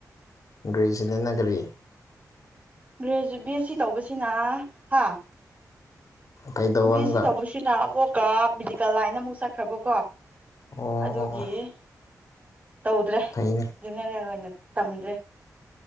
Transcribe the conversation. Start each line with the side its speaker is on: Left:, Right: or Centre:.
Left: ꯒ꯭ꯔꯔꯤꯁꯤꯅꯅꯒꯔꯤ
Right: ꯒ꯭ꯔꯦꯖꯨꯦꯠ ꯕꯤ ꯑꯦꯁ ꯁꯤ ꯇꯧꯕꯁꯤꯅ ꯍꯥ
Left: ꯀꯩꯗꯧꯕ
Right: ꯎ ꯕꯤ
Left: ꯑꯃꯒ
Right: ꯑꯦꯁ ꯁꯤ ꯇꯧꯕꯁꯤꯅ ꯑꯃꯕꯛꯀ ꯃꯦꯗꯤꯀꯦꯜ ꯂꯥꯏꯟꯗ ꯑꯃꯨꯛ ꯆꯠꯈ꯭ꯔꯕꯀꯣ
Left: ꯑꯣ
Right: ꯑꯗꯨꯒꯤ
Left: ꯑꯣ
Right: ꯇꯧꯗ꯭ꯔꯦ
Left: ꯐꯩꯅꯦ
Right: ꯖꯦꯅꯦꯔꯦꯜ ꯑꯣꯏꯅ ꯇꯝꯗ꯭ꯔꯦ